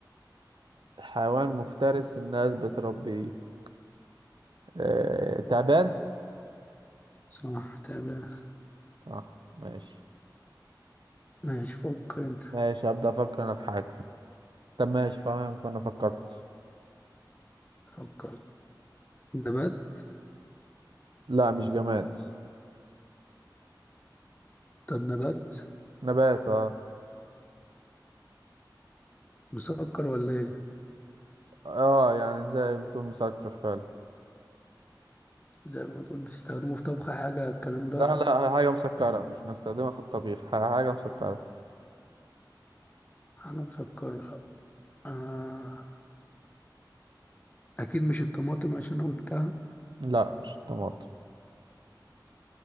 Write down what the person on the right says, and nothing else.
حيوان مفترس الناس بتربيه آه... تعبان
صح ماشي
ماشي هبدأ افكر انا في حاجة طب ماشي فاهم فانا فكرت
لا مش جماد
نبات اه
اه يعني زي ما تقول مسكر فعلا
لا لا حاجة مسكرة مش بنستخدمها في الطبيخ ح- حاجة مسكرة
لا مش الطماطم